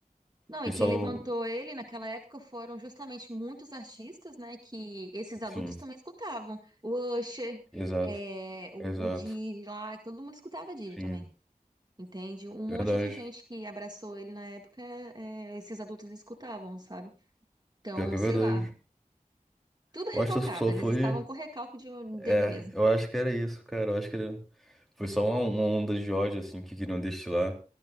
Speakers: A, on the right; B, in the centre.
A: Não,
B: Pessoal,
A: e quem levantou ele naquela época foram justamente muitos artistas, né, que esses adultos
B: sim,
A: também escutavam. O Usher,
B: exato,
A: é, o,
B: exato,
A: o Didi lá, que todo mundo escutava Didi
B: sim,
A: também, entende? Um monte
B: verdade,
A: de gente que abraçou ele na época, é, esses adultos escutavam, sabe? Então,
B: pior que é
A: sei
B: verdade.
A: lá, tudo recalcado,
B: Eu acho que só
A: eles
B: foi,
A: estavam com recalque de,
B: é,
A: dele mesmo.
B: eu acho que era isso, cara, eu acho que era, foi só uma, uma onda de ódio, assim, que queriam destilar